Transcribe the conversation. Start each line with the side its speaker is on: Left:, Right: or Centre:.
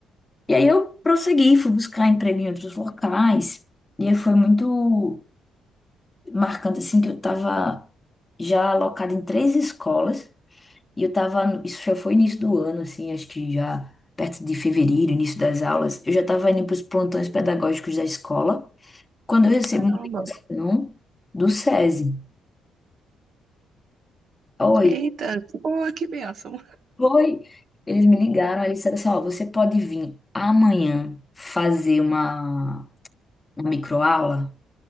Left: E aí eu prossegui, fui buscar emprego em outros locais. E aí foi muito marcante assim que eu tava já alocada em três escolas e eu tava, no- isso já foi início do ano assim, acho que já perto de fevereiro, início das aulas, eu já tava indo para os plantões pedagógicos da escola. Quando eu recebo
Right: caramba.
Left: uma ligação do SESI, oi,
Right: Eita, pô, que bênção.
Left: oi, eles me ligaram, aí eles disseram assim, ó, você pode vir amanhã fazer uma, uma microaula?